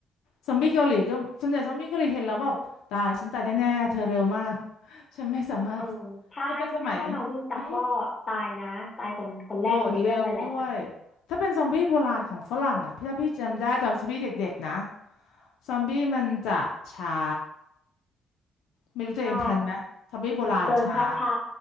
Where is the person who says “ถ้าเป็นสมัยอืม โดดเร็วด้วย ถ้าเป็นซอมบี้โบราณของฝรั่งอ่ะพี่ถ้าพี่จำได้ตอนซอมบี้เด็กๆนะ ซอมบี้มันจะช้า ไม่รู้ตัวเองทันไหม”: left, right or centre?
Left